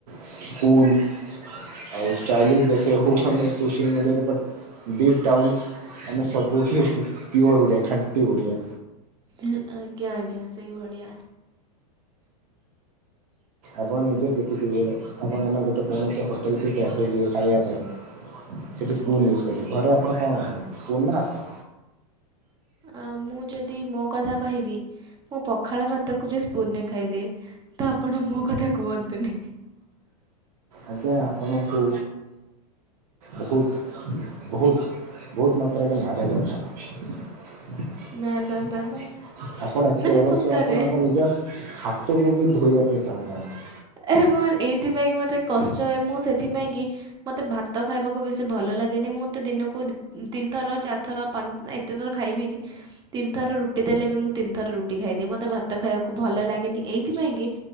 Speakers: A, on the right (about 75°); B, on the right (about 20°).
A: ସ୍କୁଲ ଆଉ ଷ୍ଟାଇଲିସ ଦେଖେଇ ହୋଉ ଆମେ ସୋସିଆଲ ମିଡିଆରେ ବଟ୍ ଡିପ୍ ଡାଉନ୍। ଆମେ ସବୁ ହିଁ ପିଓର ଓଡ଼ିଆ ଖାଣ୍ଟି ଓଡ଼ିଆ।
B: ଆ-ଆଜ୍ଞା ଆଜ୍ଞା। ସେଇଭଳିଆ।
A: ଆପଣ ନିଜେ ଦେଖିଥିବେ ଆପଣ ଏନା ଗୋଟେ କୌଣସି ହୋଟେଲ କି କ୍ୟାଫେ ଯିବେ ଖାଇବା ପାଇଁ ସେଠି ସ୍ପୁନ୍
B: ଆଜ୍ଞା।
A: ୟୁଜ୍ କରିବ ଘରେ ଆପଣ କଣ ସ୍ପୁନ ନା ହାତ?
B: ଆ ମୁଁ ଯଦି ମୋ କଥା କହିବି ମୁଁ ପଖାଳ ଭାତକୁ ବି ସ୍ପୁନ ରେ ଖାଇଦିଏ, ତ ଆପଣ ମୋ କଥା କୁହନ୍ତୁନି।
A: ଆଜ୍ଞା ଆପଣଙ୍କୁ, ବୋହୁତ୍ ବୋହୁତ୍ ବୋହୁତ୍ ମାତ୍ରା କେ ମାଡ଼େ ଦରକାର
B: ନା ନା ନା ନା।
A: ଆପଣ ଏତେ
B: ମାନେ
A: ଅଳସୁଆ,
B: ସତରେ
A: ଆପଣ ଆପଣ ନିଜ ହାତକୁ ବି ଧୋଇବାକୁ ପାଇଁ ଚାହୁଁନାହାନ୍ତି।
B: ଏ ମୋ ଏଇଥିପାଇଁ କି ମତେ କଷ୍ଟ ହଏ। ମୁଁ ସେଥିପାଇଁ କି ମତେ ଭାତ ଖାଇବାକୁ ବେଶୀ ଭଲ ଲାଗେନି। ମତେ ଦିନକୁ ତିନି ଥର ଚାରିଥର ପା-ଏତେ ଥର ଖାଇବିନି। ତିନି ଥର ରୁଟି ଦେଲେ ବି ମୁଁ ତିନି ଥର ରୁଟି ଖାଇଦିଏ। ମତେ ଭାତ ଭାତ ଖାଇବାକୁ ଭଲ ଲାଗେନି ଏଇଥିପାଇଁ କି,